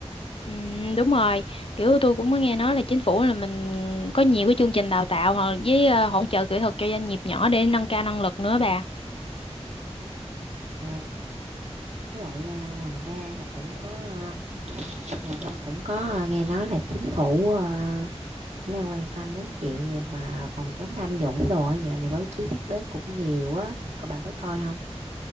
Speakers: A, on the left; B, on the right.
A: Ừm, đúng rồi kiểu tôi cũng có nghe nói là chính phủ là mình có nhiều cái chương trình đào tạo hoặc với à, hỗ trợ kỹ thuật cho doanh nghiệp nhỏ để nâng cao năng lực nữa bà
B: À, với lại ờ, ngoài ra là cũng có ờ, Ngoài ra cũng có ờ, nghe nói là chính phủ ờ, cũng đang quan tâm đến chuyện gì mà phòng chống tham nhũng đồ á, Dạo này báo chí nhắc đến cũng nhiều á. Cô bà có coi không?